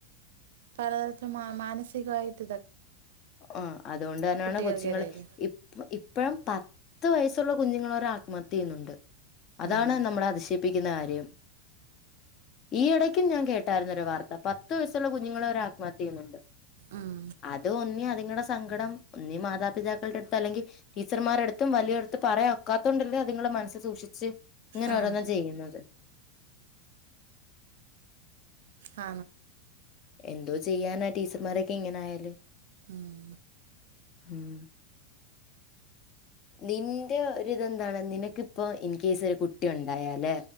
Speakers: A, on the right; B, on the left.
A: പലതരത്തിൽ മാനസികമായിട്ട
B: ആ അതുകൊണ്ട് തന്നാണ്
A: കുട്ടികൾക്കിടയിൽ
B: കൊച്ചുങ്ങള് ഇപ്പ ഇപ്പഴം പത്ത് വയസ്സുള്ള കുഞ്ഞുങ്ങള് വരെ ആത്മഹത്യ ചെയ്യുന്നുണ്ട് അതാണ്
A: ഉം
B: നമ്മള അതിശയിപ്പിക്കുന്ന കാര്യം ഈ ഇടയ്ക്കും ഞാൻ കേട്ടാർന്നു ഒര് വാർത്ത പത്തു വയസുള്ള കുഞ്ഞുങ്ങൾ വരെ ആത്മഹത്യ ചെയുന്നുണ്ട്
A: ഉം
B: അതൊന്ന് ഇനി അതിങ്ങളുടെ സങ്കടം ഒന്നീ മാതാപിതാക്കളുടെ അടുത്ത അല്ലെങ്ക ടീച്ചർമാരുടെ അടുത്തും വലിയവരുടെ അടുത്തും പറയാൻ ഒക്കാത്തത് കൊണ്ടല്ലേ അതിങ്ങളുടെ മനസ്സിൽ സൂക്ഷിച്ച്. ഇങ്ങനെ
A: ആഹ്
B: ഓരോന്ന് ചെയ്യുന്നത്. <inaudible>
A: ആ
B: എന്തോ ചെയ്യാനാ ടീച്ചർമാരൊക്കെ ഇങ്ങനെ ആയാല്.
A: ഉം
B: ഉം നിന്റെ ഒരിതെന്താണ് നിനക്ക്. ഇപ്പൊ ഇൻ കേസ് ഒരു കുട്ടി ഉണ്ടായാല്